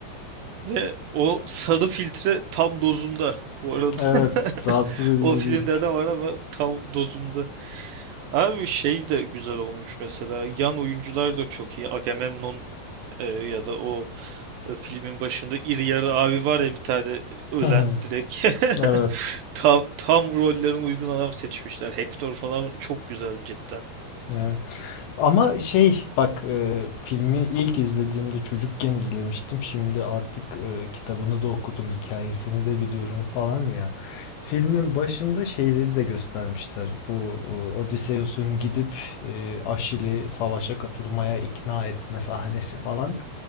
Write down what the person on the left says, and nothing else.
Evet
rahatsız edici
değil.
<laughs>
Evet
evet. Ama şey bak e, filmi ilk izlediğimde çocukken izlemiştim. Şimdi artık e, kitabını da okudum, hikayesini de biliyorum falan ya. Filmin başında şeyleri de göstermişler. Bu e, Odysseus'un gidip e, Aşil'i savaşa katılmaya ikna etme sahnesi falan.